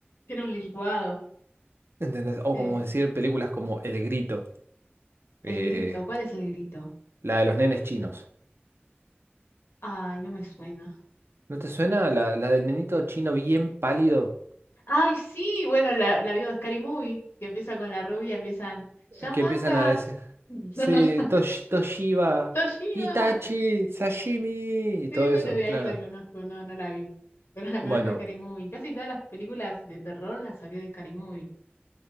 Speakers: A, on the left; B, on the right.
A: Tiene un licuado.
B: ¿entendés? O
A: Eh,
B: como decir películas como El Grito, eh,
A: el grito, ¿cuál es el grito?
B: la de los nenes chinos.
A: Ay, no me suena.
B: ¿No te suena la, la del nenito chino bien pálido
A: Ay, sí, bueno, la, la vi de Scary Movie, que empieza con la rubia, empiezan, Yamaha,
B: que empiezan a decir,
A: <laughs>
B: sí, Tosh- Toshiba,
A: Toshiba.
B: Hitachi, sashimi, y
A: Sí,
B: todo
A: bueno,
B: eso,
A: de
B: claro.
A: ahí la conozco, no, no la vi, pero la
B: Bueno,
A: conozco de Scary Movie. Casi todas las películas de terror las saqué de Scary Movie,